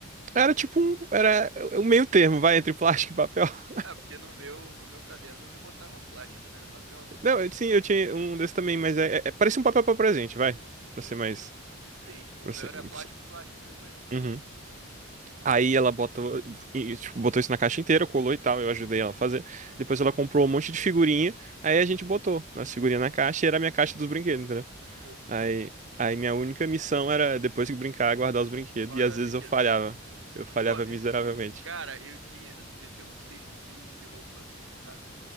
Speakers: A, on the right; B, on the right.
A: Era tipo um, era um meio termo, vai, entre plástico e papel. <laughs>
B: Ah, porque no meu, no meu caderno minha mãe botava plástico, não era papel, não.
A: Não, eu- sim, eu tinha um desse também, mas é, é- é- parece um papel pra presente, vai. Pra ser mais.
B: Sim, o
A: Pra
B: meu
A: ser,
B: era
A: pra
B: plástico,
A: ser-
B: plástico mesmo, mas entendi.
A: Uhum. Aí ela botou, e, tipo, botou isso na caixa inteira, colou e tal, eu ajudei ela a fazer. Depois ela comprou um monte de figurinha, aí a gente botou as figurinhas na caixa e era a minha caixa dos brinquedos, entendeu?
B: Pô,
A: Aí, aí minha única missão era, depois que brincar, guardar os brinquedos.
B: guardava
A: E às vezes
B: brinquedo.
A: eu falhava. Eu falhava
B: Pô, é,
A: miseravelmente.
B: c- cara, eu tinha, eu tinha um cesto de, de roupa, sabe?